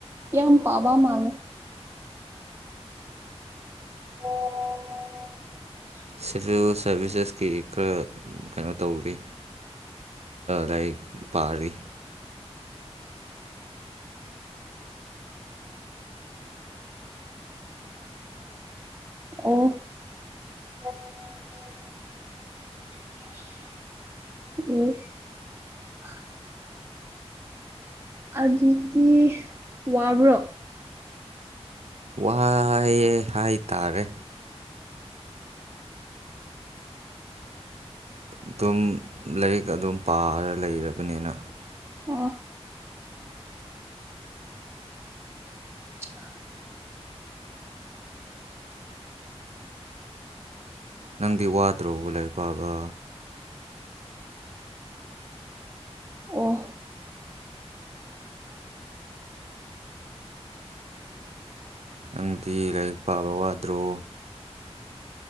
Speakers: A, on the right; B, on the right.
A: ꯌꯥꯝ ꯄꯥꯕ ꯃꯥꯜꯅꯦ ꯑꯣ ꯑꯣ ꯑꯣ
B: ꯁꯤꯚꯤꯜ ꯁꯥꯔꯚꯤꯁꯁꯦꯁꯀꯤ ꯈꯔ ꯀꯩꯅꯣ ꯇꯧꯔꯤ ꯂꯥꯏꯛ ꯄꯥꯔꯤ
A: ꯑꯣ ꯎꯝ ꯑꯗꯨꯗꯤ ꯋꯥꯕ꯭ꯔꯣ
B: ꯋꯥꯏꯑꯦ ꯍꯥꯏꯇꯥꯔꯦ ꯑꯗꯨꯝ ꯂꯥꯏꯔꯤꯛ ꯑꯗꯨꯝ ꯄꯥꯔ ꯂꯩꯔꯕꯅꯤꯅ
A: ꯑꯣ ꯍꯥ
B: ꯅꯪꯗꯤ ꯋꯥꯗ꯭ꯔꯣ ꯂꯥꯏꯔꯤꯛ ꯄꯥꯕ
A: ꯑꯣ
B: ꯅꯪꯗꯤ ꯂꯥꯏꯔꯤꯛ ꯄꯥꯕ ꯋꯥꯗ꯭ꯔꯣ